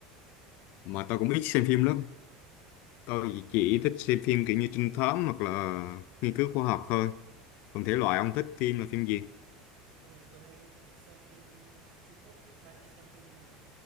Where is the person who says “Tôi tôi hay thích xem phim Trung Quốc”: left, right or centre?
Right